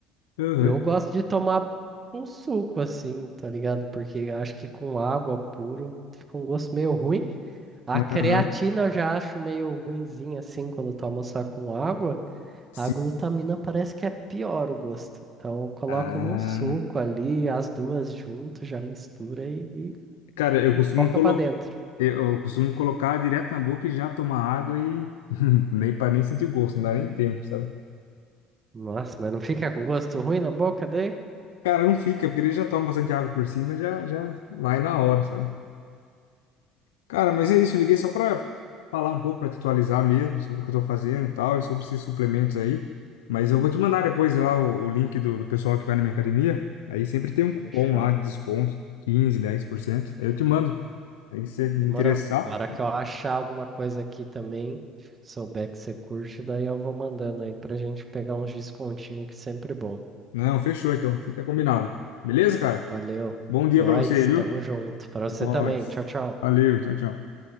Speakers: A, on the left (about 80°); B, on the right (about 30°).
A: Aham.
B: Eu gosto de tomar um suco assim, tá ligado? Porque acho que com água puro fica um gosto meio ruim. A creatina
A: Aham.
B: eu já acho meio ruinzinha assim, quando toma só com água.
A: Sim.
B: A glutamina parece que é pior o gosto. Então eu coloco
A: Ah,
B: num suco ali, as duas junto, já mistura e, e,
A: cara, eu
B: e
A: costumo
B: foca
A: colocar.
B: pra dentro.
A: Eu costumo colocar direto na boca e já tomar água e <laughs> nem para nem sentir o gosto, não dá nem tempo, sabe?
B: Nossa, mas não fica com gosto ruim na boca daí?
A: Cara, não fica, porque ele já toma bastante água por cima, já já vai na hora, sabe? Cara, mas é isso, eu liguei só para falar um pouco, para te atualizar mesmo sobre o que eu tô fazendo e tal, e sobre esses suplementos aí. Mas eu vou te mandar depois lá o, o link do, do pessoal que vai na minha academia. Aí sempre tem um cupom
B: Fechou.
A: lá de desconto, quinze dez por cento Aí eu te mando. Aí se você interessar.
B: Demorou. Na hora que eu achar alguma coisa aqui também, souber que você curte, daí eu vou mandando aí pra gente pegar uns descontinho que é sempre bom.
A: Não, fechou então, fica combinado. Beleza, cara?
B: Valeu.
A: Bom dia
B: Nós,
A: para você, viu?
B: tamo junto. Pra
A: Nós.
B: você também. Tchau, tchau.
A: Valeu, tchau, tchau.